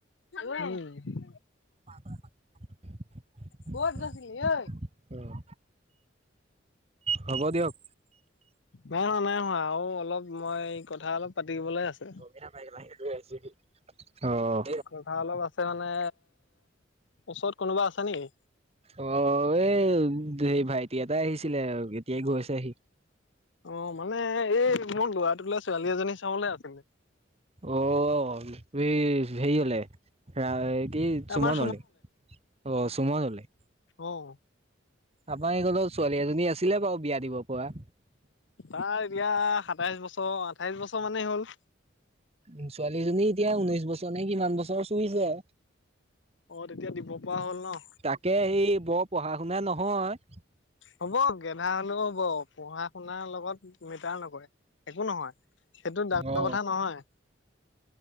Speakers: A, on the left; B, on the right.
A: উম।
B: <inaudible>
A: ক'ত গৈছিলি ঐ?
B: অ', হ'ব দিয়ক।
A: নাই নোৱা, নাই হোৱা, আৰু অলপ মই কথা অলপ পাতিবলে আছে।
B: <inaudible> অ।
A: কথা অলপ আছে মানে, ওচৰত কোনোবা আছে নেকি?
B: অ', এই সেই ভাইটি এটা আহিছিলে, এতিয়াই গৈছে সি।
A: অ', মানে এই মোৰ লৰাতোলে ছোৱালী এজনী চাবলে আছিলে।
B: অ', হেৰিঅলে। ৰা এই কি
A: আমাৰ
B: চুমনলে, অ চুমনলে।
A: অহ।
B: আমাৰ এইকনত ছোৱালী এজনী আছিলে বাৰু বিয়া দিব পৰা।
A: তাৰ এতিয়া সাতাইশ বছৰ, আঠাইশ বছৰ, মানেই হ'ল।
B: ছোৱালীজনী এতিয়া ঊনৈশ বছৰ নে কিমান বছৰ চুইছে।
A: অ', তেতিয়া দিব পৰা হ'ল ন।
B: তাকে, হেৰি বৰ পঢ়া শুনা নহয়।
A: হ'ব গেধা হলেও হ'ব, পঢ়া শুনাৰ লগত মেটাৰ নকৰে। একো নহয়, সেইটো ডাঙৰ
B: অ
A: কথা নহয়।